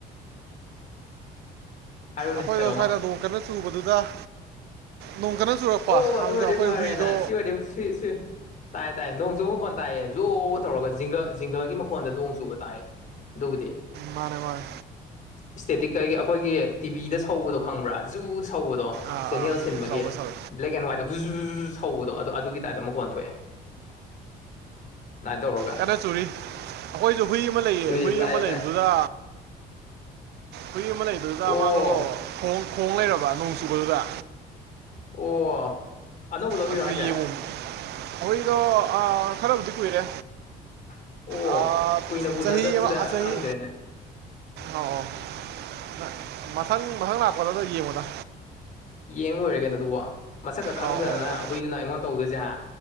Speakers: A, on the left (about 45°); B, on the right (about 75°).
A: ꯍꯥꯏꯔꯨꯅꯦ
B: ꯑꯈꯣꯏꯗꯣ
A: ꯀꯩꯅꯣꯝꯃ
B: ꯁ꯭ꯋꯥꯏꯗ ꯅꯣꯡ ꯀꯟꯅ ꯆꯨꯕꯗꯨꯗ ꯅꯣꯡ ꯀꯟꯅ ꯆꯨꯔꯛꯄ
A: ꯑꯣ ꯑꯗꯨ
B: ꯑꯗꯨꯗ
A: ꯑꯣꯏꯔꯗꯤ
B: ꯑꯩꯈꯣꯏ
A: ꯐꯔꯦꯅꯥ
B: ꯍꯨꯏꯗꯣ
A: ꯁꯤ ꯋꯦꯗꯤꯝ ꯁꯤ ꯁꯤ ꯇꯥꯏ ꯇꯥꯏꯌꯦ ꯅꯣꯡ ꯆꯨꯕ ꯃꯈꯣꯟ ꯇꯥꯏꯌꯦ ꯖꯣ ꯇꯧꯔꯒ ꯖꯤꯡꯒ ꯖꯤꯡꯒꯒꯤ ꯃꯈꯣꯟꯗ ꯅꯣꯡ ꯆꯨꯕ ꯇꯥꯏꯌꯦ ꯑꯗꯨꯕꯨꯗꯤ
B: ꯃꯥꯅꯦ ꯃꯥꯅꯦ
A: ꯏꯁ꯭ꯇꯦꯠꯇꯤꯛ ꯀꯩꯒꯤ ꯑꯩꯈꯣꯏꯒꯤ ꯇꯤꯕꯤꯗ ꯁꯧꯕꯗꯣ ꯈꯪꯕ꯭ꯔꯥ ꯖꯨ ꯁꯧꯕꯗꯣ
B: ꯑꯥ
A: ꯆꯦꯅꯦꯜ
B: ꯑꯥ
A: ꯁꯤꯟꯕꯒꯤ
B: ꯆꯥꯎꯕ ꯁꯜ
A: ꯕ꯭ꯂꯦꯛ ꯑꯦꯟ ꯋꯥꯏꯠꯇ ꯒꯨꯖꯨ ꯖꯨ ꯖꯨ ꯖꯨ ꯁꯧꯕꯗꯣ ꯑꯗꯨ ꯑꯗꯨꯒꯤ ꯇꯥꯏꯞꯇ ꯃꯈꯣꯟ ꯊꯣꯛꯑꯦ ꯑꯗꯥꯏꯟ ꯇꯧꯔꯒ
B: ꯀꯟꯅ ꯆꯨꯔꯤ ꯑꯩꯈꯣꯏꯖꯨ ꯍꯨꯏ ꯑꯃ ꯂꯩꯌꯦ
A: ꯆꯨꯏꯌꯦ
B: ꯍꯨꯏ
A: ꯇꯥꯏꯌꯦ
B: ꯑꯃ ꯂꯩꯕꯗꯨꯗ
A: ꯇꯥꯏ
B: ꯍꯨꯏ ꯑꯃ ꯂꯩꯕꯗꯨꯗ
A: ꯑꯣ
B: ꯃꯥꯗꯣ ꯈꯣꯡ ꯈꯣꯡ ꯂꯩꯔꯕ ꯅꯣꯡ ꯆꯨꯕꯗꯨꯗ
A: ꯑꯣ ꯑꯅꯧꯕ ꯂꯧꯔꯤꯔꯣ
B: ꯑꯗꯨꯗ
A: ꯍꯥꯏꯁꯦ
B: ꯌꯦꯡꯉꯨꯝ ꯍꯨꯏꯗꯣ ꯑ ꯈꯔꯕꯨꯗꯤ ꯀꯨꯏꯔꯦ
A: ꯑꯣ
B: ꯑꯥ
A: ꯀꯨꯏꯅ ꯎꯅꯗꯕꯁꯤꯗ
B: ꯆꯍꯤ ꯑꯃ ꯆꯍꯤ
A: ꯈꯪꯗ꯭ꯔꯦꯅꯦ
B: ꯑꯧ ꯑꯧ ꯅ ꯃꯊꯪ ꯃꯊꯪ ꯂꯥꯛꯄꯗꯗ ꯌꯦꯡꯉꯨꯗ
A: ꯌꯦꯡ ꯂꯣꯏꯔꯦ ꯀꯩꯅꯣ ꯑꯗꯨꯕꯣ ꯃꯁꯛꯀ ꯈꯪꯗꯗꯅ
B: ꯑꯧ ꯑꯧ ꯑꯧ
A: ꯍꯨꯏꯗꯨꯅ ꯑꯩꯉꯣꯟꯗ ꯇꯧꯗꯣꯏꯖꯦ ꯍꯥ